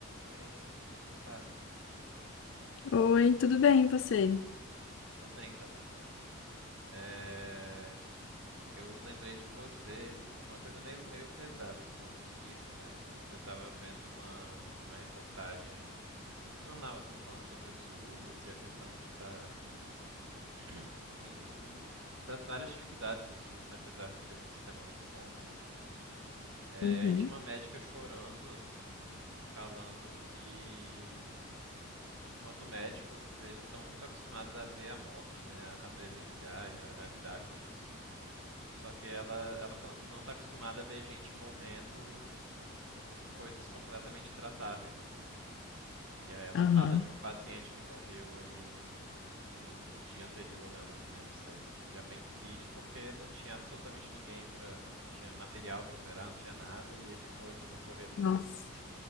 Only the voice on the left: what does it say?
Oi, tudo bem, e você?
Uhum.
Aham.
Nossa.